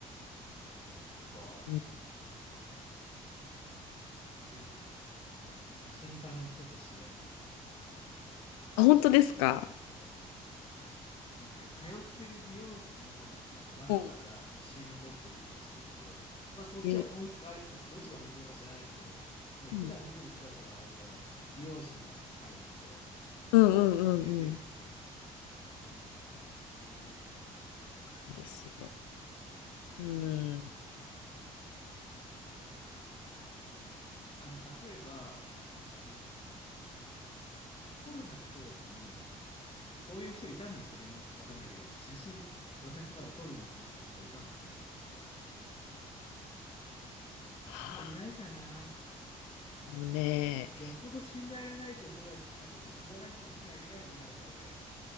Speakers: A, on the left (about 35°); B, on the left (about 80°).
A: そっか。
B: た。うん
A: うん、あでも、あ、写真家の人と知り合いになったのはほぼ初めて。
B: あ、本当ですか
A: うん、そう。あの、なんか、通ってる美容室の、なんかマスターが写真も撮ってるってのは知ってるけど、
B: うん
A: まあ、そっちは本業がほどっちが本業か知らないけど、
B: え
A: ね、
B: うん
A: 普段見てる姿は、あの、美容師の彼なんで、うん。
B: うんうんうんうん。
A: ね、でもね、なんか、いいですね。えー、そっか。
B: そうですよ。うん。
A: えー、なるほど。あの、例えば、その、コロナの当時に、こういう人いたんですかね、世の中わかんないけど、写真、お宅まで撮りに行きますという人はいたんですかね、ひょっとして。
B: はあ
A: あんまりいないかな。
B: もうね、
A: よっぽど信頼がないと、それは、あれだよね、知らない人うちにあげないよね、あの頃で。